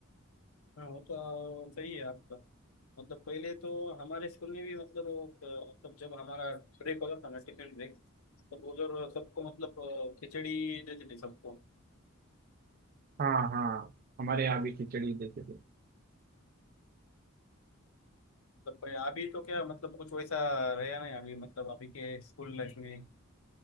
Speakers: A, on the left; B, on the right.
A: हाँ वो तो सही है आपका मतलब पहले तो हमारे स्कूल में भी मतलब अ, मतलब जब हमारा ब्रेक होता था ना टिफिन ब्रेक तब उधर सबको मतलब अ, खिचड़ी देते थे सबको
B: हाँ हाँ हमारे यहाँ भी खिचड़ी देते थे
A: मतलब भाई अभी तो क्या मतलब कुछ वैसा रहा नहीं अभी मतलब अभी के स्कूल लाइफ में